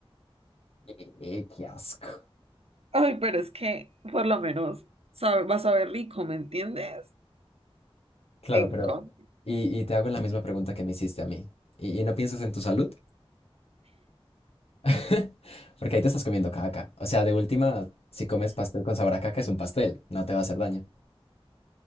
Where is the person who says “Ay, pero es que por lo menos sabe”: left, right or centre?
Right